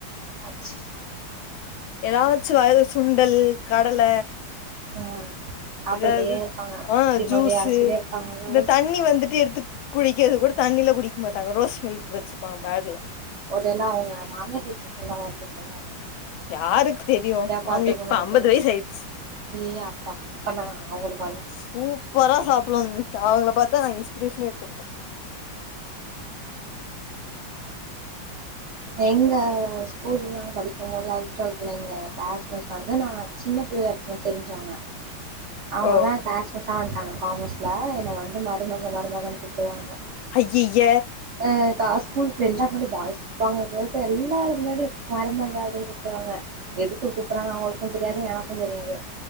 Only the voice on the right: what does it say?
அச்சு
ஆ சாப்ட்டுக்கிட்டே
இருப்பாங்க மிக்சி
மாரி அரச்சுக்கிட்டே இருப்பாங்க தோச
ஒரு வேல அவுங்க மாமியார் வீட்லருந்து எல்லா வந்துருப்பாங்க
பாத்துக்கணுன்ட்டு
ஏ அப்பா அப்பனா அவுங்களுக்கு
எங்க ஸ்கூல்ல நாங்க படிக்கு போது லவன்த்து டுவெல்த்து பிள்ளைங்க எங்க கிளாஸ் மிஸ் வந்து நா சின்ன பிள்ள எனக் தெரிஞ்சவுங்க அவுங்கதா
எங்க க்ளாஸ் மிஸ்ஷா வந்துட்டாங்க காமஸ்ல என்ன வந்து மருமக மருமகனு கூப்டுவாங்க
ஆ காஸ் ஸ்கூலுக்கு தெரிஞ்சா கூட பாய்ஸ் இருப்பாங்க கேர்ள்ஸு எல்லாரருக்கு முன்னாடி மருமக அப்டின்னு கூப்டுவாங்க எதுக்கு கூப்பிடுறாங்கனு அவுங்களுக்கு தெரியாது எனக்கு தெரியாது